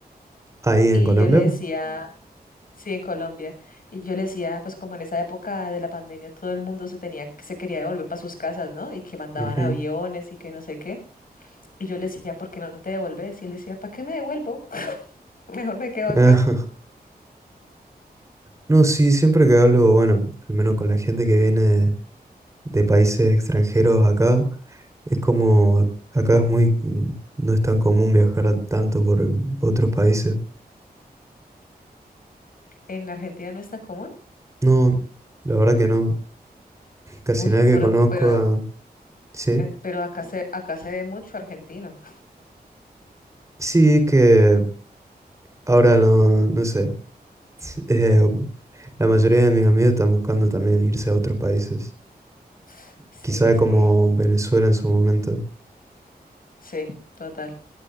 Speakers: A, on the right; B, on the left.
A: Ahí en
B: y
A: Colombia.
B: yo le decía Sí, en Colombia. Y yo le decía, pues como en esa época de la pandemia todo el mundo se tenía, se quería devolver para sus casas, ¿no? Y que mandaban
A: Ujú.
B: aviones y que no sé qué. Y yo le decía, ¿por qué no te devuelves? Y él decía, ¿para qué me devuelvo? <laughs> Mejor me quedo acá.
A: Ajá. No, sí, siempre que hablo, bueno, al menos con la gente que viene de países extranjeros acá, es como acá es muy, mm, no es tan común viajar a- tanto por otros países.
B: En Argentina no es tan común.
A: No, la verdad que no, casi
B: Uy,
A: nadie
B: ya, pero,
A: que conozco,
B: pero,
A: ah, sí,
B: eh, pero acá se, acá se ve mucho argentino.
A: sí es que ahora no, no sé, <laughs> eh, la mayoría de mis amigos están buscando también irse a otros países,
B: <laughs> Sí,
A: quizá
B: es
A: como
B: que,
A: Venezuela en su momento.
B: sí, total.